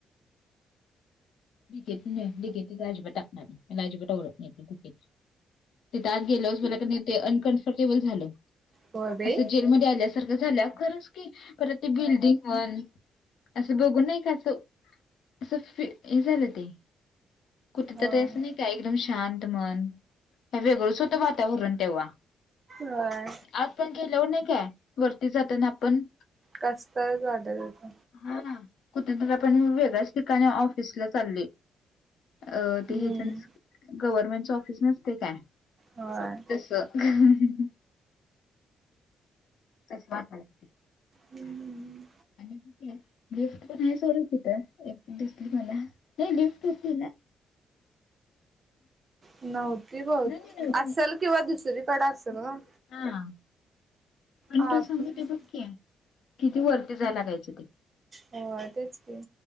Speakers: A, on the left; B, on the right.
A: राजीबाट टाकणार नाही राजीपाट ओरत नाही तेत गेल बला ते अनकमफर्टेबल झालं
B: होय बाई
A: अस आल्यासारख झाल्या खरच की परत ते बिल्डिंग वण असं बघून नाही का असं अस फ हे झालं ते कुठ
B: होय
A: तरं नाही का एकदम शांत मन वेगळंच होतं वातावरण तेव्हा
B: होय
A: आज पण गेल्यावर नाही काय वरती जाताना आपण
B: कस्तच वाडरेत
A: हा कुठंतरी आपण वेगळ्याच ठिकाणी ऑफिसला चालले अ ते
B: हम्म
A: हेच नस, गव्हर्नमेंटच ऑफिस नसतय काय?
B: होय.
A: तसं. <unintelligible> तस वाटायल ती.
B: हम्म
A: <unintelligible> आणि ब लिफ्ट पण आहे सोडू तिथं. दिसली मला. नाही लिफ्ट होती ना?
B: नव्हती होत.
A: नाही नाही नव्हती
B: असेल
A: नाही
B: किंवा दुसरीकडे असेल
A: दुसरी
B: गं.
A: हा. <unintelligible>
B: आपण
A: ते बघ की, किती वरती जाय लागायचं ते.
B: होय, तेच की.